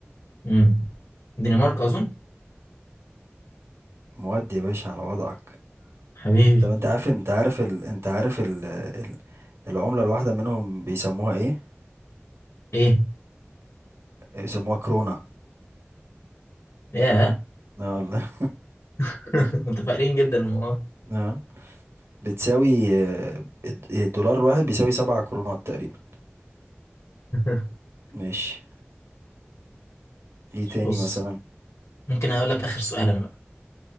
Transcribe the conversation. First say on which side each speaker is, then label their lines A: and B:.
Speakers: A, on the left; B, on the right.
A: امم دنمارك أظن
B: مواد يا باشا على وضعك
A: حبيبي
B: طب انت عارف انت عارف ال... انت عارف ال... ال... العملة الواحدة منهم بيسموها ايه
A: ايه
B: بيسموها كرونة
A: ياه
B: اه والله
A: <laughs> متفائلين جدا من والله
B: <laughs> اه بتساوي آه، الد- الدولار الواحد بيساوي سبعة كرونات تقريبا
A: <laughs>
B: ماشي ايه تاني
A: بص
B: مثلا
A: ممكن اقول لك اخر سؤال انا بقى